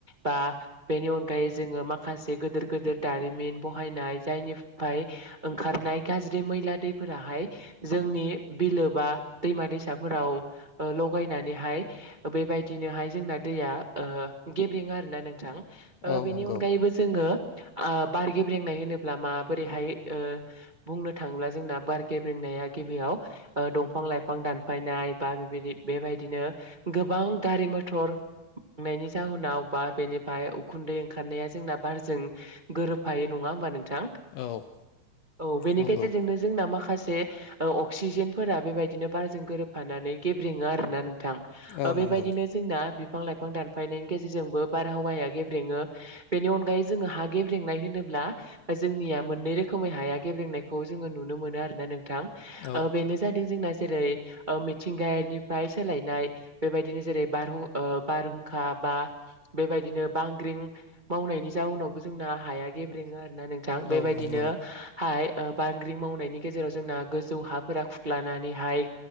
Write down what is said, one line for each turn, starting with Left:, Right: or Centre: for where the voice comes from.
Right: बा बेनि अनगायै जोङो माखा से गोदोर गोदोर दारिमिन बहायनाय जायनिफाय ओंखारनाय गाज्रि मैला दैफोराहाय जोंनि बिलोबा दैमा दैसाफोराव ओ लगायनानैहाय बेबायदिनोहाय जोंना दैया ओ गेब्रेङो आरोना नोंथां। ओ
Left: औ
Right: बेनि
Left: नंगौ
Right: अनगायैबो जोंङो ओ बार गेब्रेंनाय होनोब्ला माबोरैहाय ओ बुंनो थाङोब्ला जोंना बार गेब्रेंनाया गिबियाव ओ दंफां लाइफां दानफायना नाय बा बेबाय बेबायदिनो गोबां गारि मथर नायनि जाहोनाव बा बेनिफाय उखुन्दै ओंखारनाया जोंना बारजों गोरोबफायो नङा होमबा नों थां
Left: औ
Right: औ बेनि
Left: नंगौ
Right: गेजेरजोंनो जोंना माखासे ओ अक्सिजेनफोरा बेबायदिनो बारजों गोरोबफानानै गेब्रेङो आरोना नों थां ओ
Left: औ नंगौ
Right: बेबायदिनो जोंना बिफां लाइफां दानफायनायनि गेजेरजोंबो बारहावाया गेब्रेङो बेनि अनगायै जोङो हा गेब्रेंनाय होनो ब्ला जोंनिया मोननै रो खोमै हाया गेब्रेनायखौ जोङो नुनो मोनो आरोना नोंथां
Left: औ
Right: बेनो जा दों जोंना जेरै ओ मिथिंगनिफ्राय सोलायनाय बेबायदिनो जेरै बारहु ओ बारहु हुंखा बा बेबायदिनो बांग्रिं मावनायनि जाउनावबो जोंना हाया गेब्रेङो आरो ना नोंथां बेबायदिनो
Left: औ नंगौ
Right: हाय बांग्रिं मावनायनि गेजेराव जोंना गोजौ हाफोरा खुख्लानानैहाय